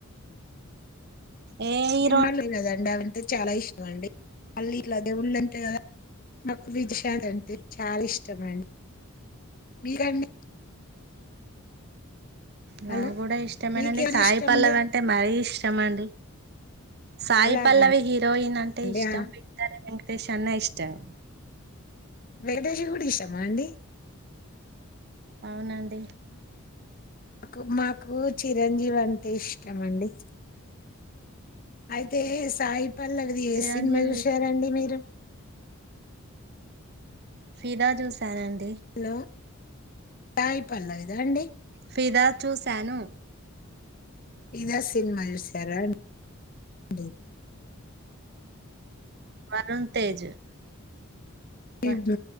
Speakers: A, on the right; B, on the left.
A: ఏ హీరో
B: సినిమాల్లే కదండి అవంటే చాలా ఇష్టం అండి. మళ్ళీ ఇట్ల దేవుల్లంటే కదా నాకు విజశాంతి అంటే చాల ఇష్టమండి. మీ కండి?
A: నాక్కూడ
B: హలో
A: ఇష్టమేనండి.
B: మీకెవరు
A: సాయి
B: ఇష్టం
A: పల్లవి
B: అండి
A: అంటే మరీ ఇష్టమండి. సాయి
B: అలాగా
A: పల్లవి హీరోయిన్ అంటే
B: అండి.
A: ఇష్టం.
B: ఆ!
A: విక్టరీ వెంకటేష్ అన్న ఇష్టమే.
B: వెంకటేష్ కూడ ఇషమా అండి?
A: అవునండి
B: మాకు, మాకు చిరంజీవి అంటే ఇష్టం అండి. అయితే, సాయిపల్లవిది ఏ
A: చిరంజీవి
B: సినిమా చూసారండి మీరు?
A: ఫిదా చూశారన్
B: హలో, సాయి పల్లవి ద అండి?
A: ఫిదా చూశాను.
B: ఫిదా సినిమా చూసారా అన్ డి?
A: వరుణ్ తేజ్. వ
B: మ్.